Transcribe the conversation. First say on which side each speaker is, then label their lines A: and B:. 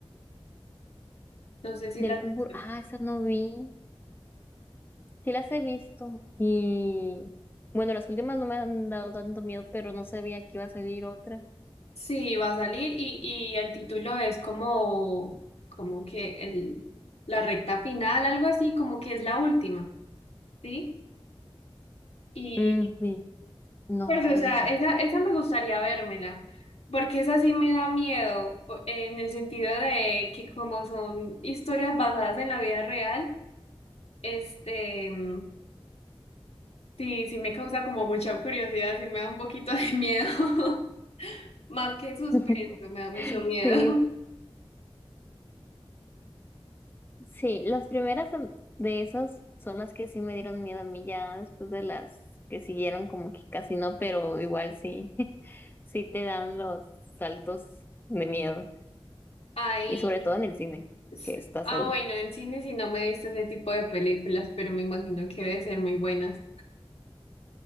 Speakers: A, on the left; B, on the left.
A: No sé si
B: del
A: la has
B: concurso,
A: visto.
B: ah, esas no vi, sí las he visto y bueno, las últimas no me han dado tanto miedo, pero no sabía que iba a salir otra.
A: Sí, va a salir y, y el título es como, como que el, la recta final, algo así, como que es la última, ¿sí? Y
B: Mm, sí, no,
A: pues, o sea,
B: no sé.
A: esa, esa me gustaría vérmela, porque esa sí me da miedo, po- en el sentido de que como son historias basadas en la vida real, este, mm, sí, sí me causa como mucha curiosidad, sí me da un poquito de miedo, <laughs> más que suspenso,
B: <laughs>
A: me da mucho miedo.
B: Sí, sí, las primeras son- de esas son las que sí me dieron miedo a mí ya después de las que siguieron como que casi no, pero igual sí, <laughs> sí te dan los saltos de miedo
A: <laughs> Hay
B: y sobre todo en el cine,
A: S-
B: que estás
A: Ah,
B: ahí.
A: bueno, en cine sí no me he visto ese tipo de películas, pero me imagino que debe ser muy buenas.